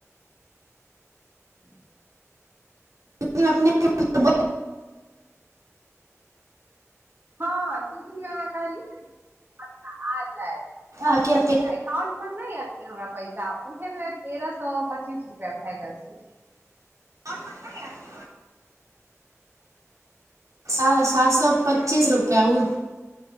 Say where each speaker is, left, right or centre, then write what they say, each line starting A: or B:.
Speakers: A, on the right; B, on the right.
A: ह <inaudible>
B: िनने <inaudible>
A: हँ दू दिनमे अहाँ कहलियै ने सायद
B: आके अते
A: एकाउंट पर नहि एलतै हमरा पैसा उहे मे तेरह सए पच्चीस रुपआ भए गेल छलै
B: आओर पैसा नै आएल सा सात सए पच्चीस रुपैआ उ